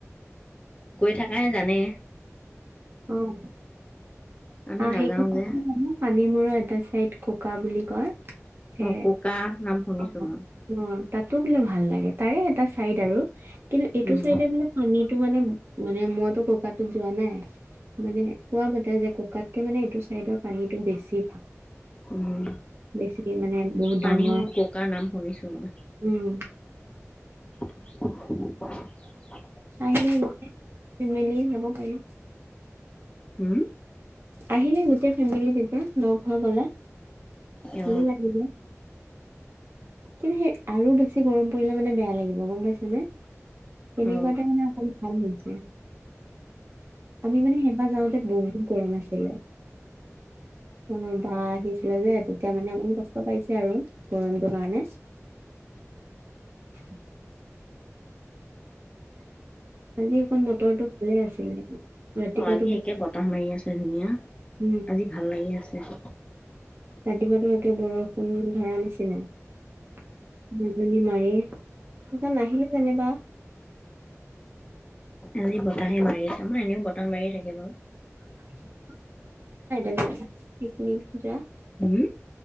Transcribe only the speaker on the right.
অ',
অ'।
সেইখিনি,
মানে, পানীমূৰৰ এটা চাইড সেইটো ককা বুলি কয়। সে
অ
অ তাতো কিন্তু ভাল লাগে। তাৰে এটা চাইড আৰু কিন্তু এইটো
চাইডে, মানে, পানীটো, মানে, মানে, মজ মই ককাটোত যোৱা নাই। মানে কোৱা মতে যে ককাতকে মানে এইটো চাইডত পানীতটো বেছি ঢৈ
বেছিকে মানে বহুত
ডাঙৰ,
উম।
আহিল মেলি যাব পাৰি।
আহিলে গোটেই ফেমিলি তেতিয়া লগ হৈ গ'লে
ভালো লাগিব। কিন্তু সেই আৰু বেছি গৰম পৰিলে মানে বেয়া লাগিব, গম পাইছে নে? এনেকুৱাতে
মানে অকন ভাল হৈছে। আমি মানে সেইবাৰ যাওঁতে বহুত গৰম আছিলে অ', বা আহিছিলে যে তেতিয়া মানে অকন কষ্ট পাইছে আৰু গৰমটো কাৰণে। <inaudible> কালি অকন বতৰটো ভালে আছিলে। ৰাতিপুৱাতো
উম
ৰাতিপুৱাতো একে বৰষুণ ধৰা নিচিনাই বিজুলী মাৰি পিচে নাহিলে যেনিবা।
উ <unintelligible> যা